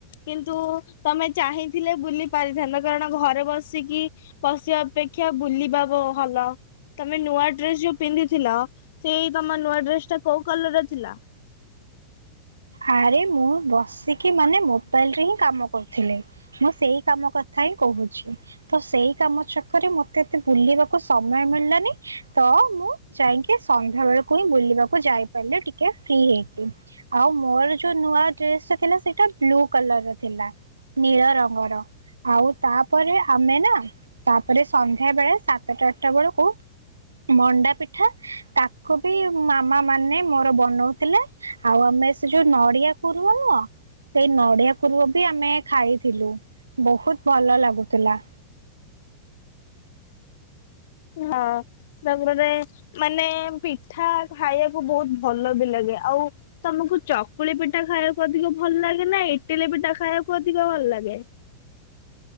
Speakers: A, on the left (about 60°); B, on the right (about 85°).
A: କିନ୍ତୁ ତମେ ଚାହିଁଥିଲେ ବୁଲି ପାରିଥାନ୍ତ କାରଣ ଘରେ ବସିକି। ପଶିବା ଅପେକ୍ଷା ବୁଲିବାବ ଭଲ ତମେ ନୂଆ ଡ୍ରେସ ଯୋଉ ପିନ୍ଧିଥିଲ। ସେଇ ତମ ନୂଆ ଡ୍ରେସଟା କୋଉ କଲରର ଥିଲା।
B: ଆରେ ମୁଁ ବସିକି ମାନେ ମୋବାଇଲରେ ହିଁ କାମ କରୁଥିଲି ମୁଁ ସେଇ କାମ କରି ଥାଇ କହୁଛି ତ ସେଇ କାମ ଛକରେ ମତେ ଏତେ ବୁଲିବାକୁ ସମୟ ମିଳିଲାନି। ତ ମୁଁ ଯାଇକି ସନ୍ଧ୍ୟା ବେଳକୁ ହିଁ ବୁଲିବାକୁ ଯାଇପାରିଲି ଟିକେ ଫ୍ରି ହେଇକି। ଆଉ ମୋର ଯୋଉ ନୂଆ ଡ୍ରେସଟା ଥିଲା ସେଇଟା ବ୍ଲୁ କଲରର ଥିଲା। ନୀଳ ରଙ୍ଗର। ଆଉ ତାପରେ ଆମେ ନା ତାପରେ ସନ୍ଧ୍ୟା ବେଳେ ସାତଟା ଆଠଟା ବେଳକୁ ମଣ୍ଡା ପିଠା ତାକୁ ବି ମାମା ମାନେ ମୋର ବନଉଥିଲେ ଆଉ ଆମେ ସେ ସେ ଯୋଉ ନଡିଆ କୁରୁ ନୁହ। ସେଇ ନଡ଼ିଆ କରୁବି ଆମେ ଖାଇଥିଲୁ ବହୁତ ଭଲ ଲାଗୁଥିଲା।
A: ହଁ। ତାପରେ ମାନେ ପିଠା ଖାଇବାକୁ ବହୁତ ଭଲ ବି ଲାଗେ ଆଉ ତମକୁ ଚକୁଳି ପିଠା ଖାଇବାକୁ ଅଧିକ ଭଲ ଲାଗେ ନା ଇଟିଲି ପିଠା ଖାଇବାକୁ ଅଧିକ ଭଲ ଲାଗେ।